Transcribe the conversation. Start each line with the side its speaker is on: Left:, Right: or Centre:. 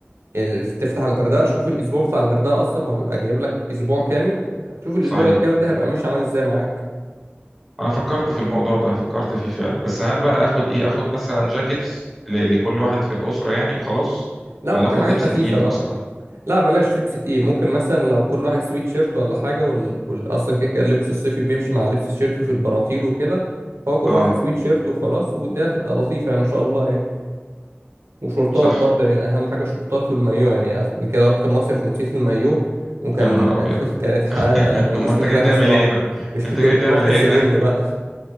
Right: ال- تفتح الغردقة شوف الأسبوع بتاع الغردقة أصلا هو بيبقى جايب لك أسبوع كامل تشوف الأسبوع
Centre: صحيح
Right: الكامل ده هيبقى ماشي عامل ازاي معاك
Centre: انا فكرت في الموضوع ده فكرت فيه فعلا بس هل بقى اخد ايه اخد مثلا جاكيتس ل... لكل واحد في الاسره يعني وخلاص
Right: لا
Centre: ولا
Right: ممكن
Centre: اخد
Right: حاجات
Centre: لبس
Right: خفيفة
Centre: تقيل
Right: بقى
Centre: اصلا
Right: لا بلاش لبس تقيل ممكن مثلا لو كل واحد سويت شيرت ولا حاجة وال... وال... أصلا كده كده اللبس الصيفي بيمشي مع اللبس الشيرت وفي البناطيل وكده فهو كل
Centre: اه
Right: واحد سويت شيرت وخلاص والدنيا هتبقى لطيفة يعني إن شاء الله يعني وشورتات
Centre: صح
Right: برضه يعني أهم حاجة شورتات والمايو يعني قبل كده رحت المصيف ونسيت المايو وكان
Centre: يا نهار ابيض
Right: <laughs> كانت حالة
Centre: <laughs>
Right: ميؤوس
Centre: هو انت
Right: منها
Centre: جاي تعمل
Right: الصراحة
Centre: ايه هنا
Right: مش
Centre: انت
Right: كل
Centre: جاي تعمل
Right: <laughs> رحت
Centre: ايه
Right: استجم
Centre: هنا
Right: بقى